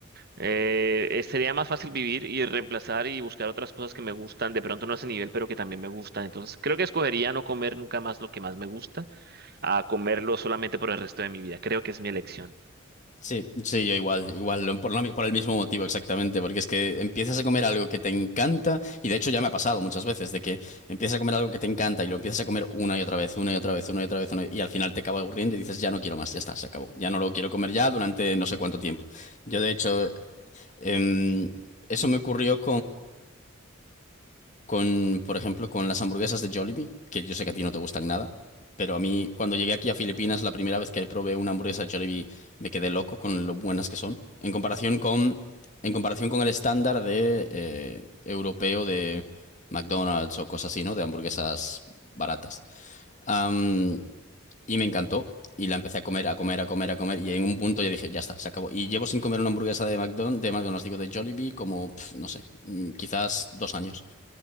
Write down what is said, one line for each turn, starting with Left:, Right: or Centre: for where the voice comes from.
Right: eh, eh, sería más fácil vivir y reemplazar y buscar otras cosas que me gustan, de pronto no a ese nivel, pero que también me gustan. Entonces, creo que escogería no comer nunca más lo que más me gusta a comerlo solamente por el resto de mi vida. Creo que es mi elección.
Left: Sí, sí, yo igual, igual, lo- por, la mi- por el mismo motivo exactamente, porque es que empiezas a comer algo que te encanta, y de hecho ya me ha pasado muchas veces, de que empiezas a comer algo que te encanta y lo empiezas a comer una y otra vez, una y otra vez, una y otra vez, una y y al final te acaba aburriendo y dices, ya no quiero más, ya está, se acabó, ya no lo quiero comer ya durante no sé cuánto tiempo. Yo de hecho, em, eso me ocurrió con, por ejemplo, con las hamburguesas de Jollibee, que yo sé que a ti no te gustan nada, pero a mí cuando llegué aquí a Filipinas, la primera vez que probé una hamburguesa de Jollibee, me quedé loco con lo buenas que son, en comparación con, en comparación con el estándar de eh, europeo de McDonald's o cosas así, ¿no? De hamburguesas baratas. Am, y me encantó. Y la empecé a comer, a comer, a comer, a comer. Y en un punto ya dije, ya está, se acabó. Y llevo sin comer una hamburguesa de McDonald's, de McDonald's, digo, de Jollibee, como, pf, no sé, mm, quizás dos años.